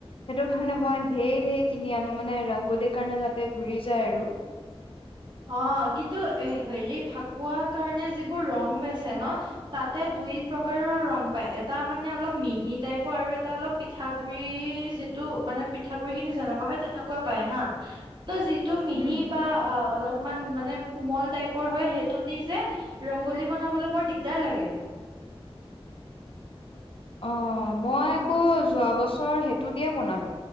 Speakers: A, on the left (about 65°); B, on the right (about 50°).
A: সেটো কাৰণে মই ধেৰ ধেৰ কিনি আনো মানে ৰাংগলিৰ কাৰণে যাতে জুৰি যায় আৰু।
B: অঁ কিন্তু এ হেৰি ফাকুৱাৰ কাৰণে যিবোৰ ৰং বেচে ন, তাতে দুই প্ৰকাৰৰ ৰং পায়। এটা মানে অলপ মিহি টাইপৰ আৰু এটা অলপ পি পিঠাগুৰিৰ যিটো মানে, পিঠাগুৰি খিনি যেনেকুৱা হয় তেনেকুৱা পায় হাঁ। ত' যি টো মিহি
A: উম।
B: বা আ' অলপ, মান মানে কোমল টাইপৰ হয় সেইটো দি যে, ৰংগলী বনাবলৈ বৰ দিগদাৰ লাগে।
A: অঁ, মই
B: উম
A: আক' যোৱা বছৰ সেইটো দিয়ে বনালো